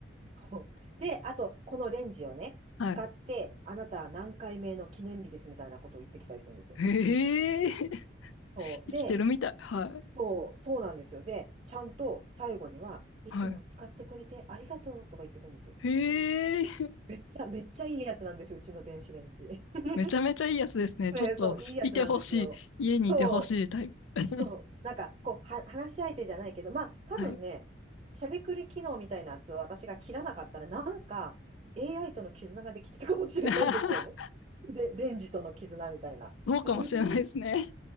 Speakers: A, on the right (about 35°); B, on the left (about 85°).
A: <laughs> で、あと、このレンジをね、
B: はいうんうんはいはい
A: 使って、あなたは何回目の記念日ですみたいなことを言ってきたりするんですよ。
B: ええはいはいあはあはいはいええええはいへえ、
A: そう。
B: 生きてるみたい。
A: で、
B: はい、
A: そう、そうなんですよ。で、ちゃんと最後には、いつも使ってくれてありがとうとか言ってくるんですよ。
B: はい。へえ。
A: めっちゃ、めっちゃいいやつなんです、うちの電子レンジ。<laughs>
B: めちゃめちゃいいやつですね。ちょっと、
A: ね、そう、いいやつなんですよ。
B: いてほしい。家にいてほしいタイプ。
A: そう、
B: <laughs>
A: そう。なんか、こう、は、話し相手じゃないけど、まあ、多分ね、
B: はい。
A: しゃべくり機能みたいなやつを私が切らなかったら、なんか、AI との絆ができてたかもしれないですよね。
B: <laughs>
A: で、レンジとの絆みたいな。
B: そうかもしれないですね。
A: <laughs>